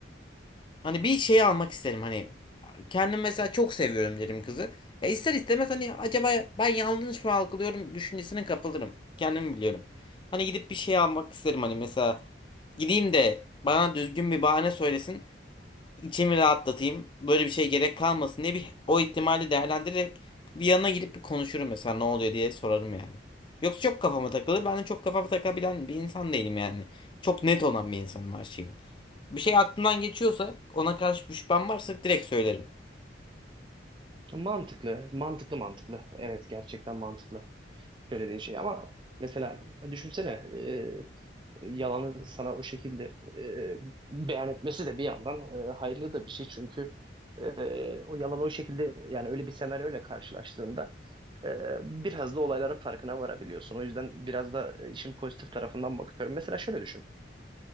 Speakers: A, on the left; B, on the right.
A: Hani bir şey almak isterim hani. Kendim mesela çok seviyorum derim kızı. Ya ister istemez hani acaba ben yanlış mı algılıyorum düşüncesine kapılırım. Kendimi biliyorum. Hani gidip bir şey almak isterim hani mesela gideyim de bana düzgün bir bahane söylesin. İçimi rahatlatayım. Böyle bir şey gerek kalmasın diye bir o ihtimali değerlendirerek bir yanına gidip bir konuşurum mesela ne oluyor diye sorarım yani. Yoksa çok kafama takılır. Ben de çok kafama takabilen bir insan değilim yani. Çok net olan bir insanım her şeyim. Bir şey aklımdan geçiyorsa ona karşı bir şüphem varsa direkt söylerim.
B: Mantıklı, mantıklı, mantıklı. Evet, gerçekten mantıklı söylediğin şey. Ama mesela düşünsene e, yalanı sana o şekilde e, beyan etmesi de bir yandan e, hayırlı da bir şey. Çünkü e, o yalan o şekilde yani öyle bir senaryoyla karşılaştığında Ee, biraz da olayların farkına varabiliyorsun. O yüzden biraz da e, işin pozitif tarafından bakıyorum. Mesela şöyle düşün.